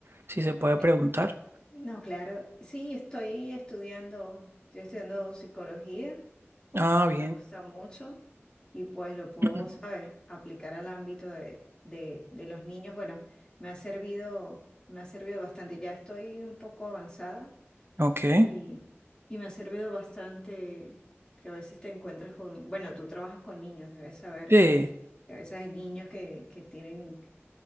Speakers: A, on the right; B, on the left.
A: Si se puede
B: Eh,
A: preguntar.
B: no, claro, sí, estoy estudiando, estoy estudiando psicología
A: Ah, bien.
B: me gusta mucho y pues lo puedo,
A: <clears throat>
B: ¿sabes?, aplicar al ámbito de, de- de los niños. Bueno, me ha servido, me ha servido bastante. Ya estoy un poco avanzada
A: Ok.
B: y, y me ha servido bastante que a veces te encuentras con, bueno, tú trabajas con niños, debes saber
A: Sí,
B: que a veces hay niños que, que tienen,